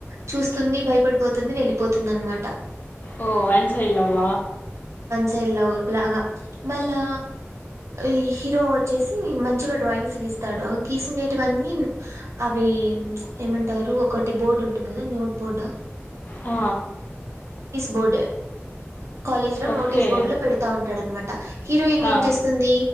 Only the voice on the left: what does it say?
ఓ వన్సైడ్ లవ్
ఆ
ఓకే.
ఆ!